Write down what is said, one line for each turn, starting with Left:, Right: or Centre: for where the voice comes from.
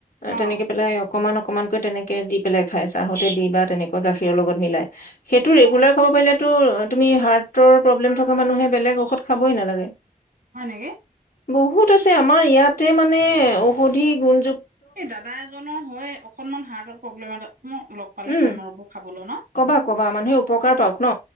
Right: অ
Left: ', তেনেকে পেলাই অকমান অকমানকৈ তেনেকে দি পেলাই খাই চাহতে দি বা তেনেকুৱা গাখীৰৰ লগত মিলাই সেইটো
Right: অ
Left: ৰেগুলাৰ সেইটো তুমি হাৰ্টৰ প্ৰব্লেম থকা মানুহে বেলেগ ঔষধ খাবই নালাগে।
Right: হয় নেকি
Left: বহুত আছে আমাৰ ইয়াতে মানে ঔষধি গুণযু
Right: এই দাদা এজনৰ হয় অকণমান হাৰ্টৰ প্ৰব্লেম এটা মই লগ পালে
Left: উম
Right: কম ৰ'ব খাবলৈ ন
Left: কবা কবা মানুহে উপকাৰ পাওক ন